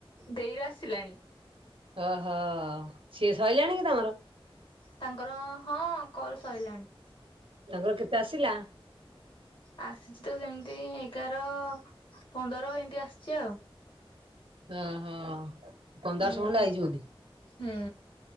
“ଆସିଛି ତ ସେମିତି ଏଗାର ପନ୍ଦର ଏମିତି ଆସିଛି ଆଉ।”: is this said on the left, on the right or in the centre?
Left